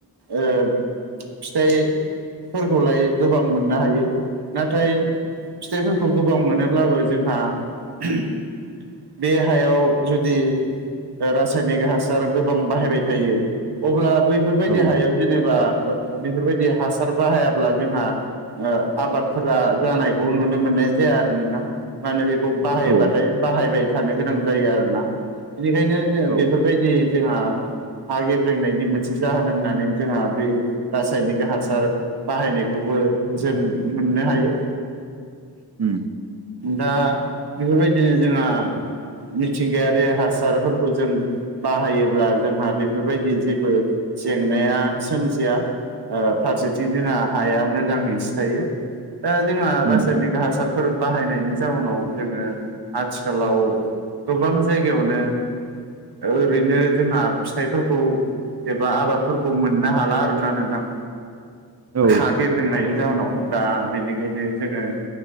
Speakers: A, on the right; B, on the right.
A: ओ फिथाइ फोरखौलाय गोबां मोननो हायो नाथाय फिथाइफोरखौ गोबाव मोनोब्लाबो जोंहा ओह बे हायाव जुदि रासाइ रासायनिक हासार गोबां बाहायबाय थायो अब्ला बैफोरबायदि
B: औ
A: हायाव जेनोबा बेफोरबादि हासार बाहायाब्ला जोंहा ओ आबादफोरा जानायखौ नुनो मोननाय जाया आरो नोंथां मा होनो बेखौ बाहायबाथाय
B: औ
A: बाहायबाय थानो गोनां जायो आरोना बेनिखायनो जोङो
B: औ
A: बेखौ बेफोरबायदि जोंहा हा गेब्रेंनायनि मोनसे जाहोन होननानै जोंहा बे रासायनिक हासार बाहायनायखौबो जों मोननो हायो
B: उम
A: दा बेफोरबायदिनो जोंहा मिथिंगाआरि हासारफोरखौ जों बाहायोब्ला जोंहा बेफोरबायदि जेबो जेंनाया सोमजिआ ओ फारसेथिं जोंहा हाया मोजाङै थि थायो दा जोंहा
B: उम
A: रासायनिक हासार फोर बाहायनायनि जाउनाव जोङो आथिखालाव गोबां जायगायावनो ओरैनो जोंहा फिथाइफोरखौ एबा आबादफोरखौ मोननो हाला आर ना नोंथां
B: औ
A: हा गेब्रेंनायनि जाउोनाव दा बिनिखायनो जोङो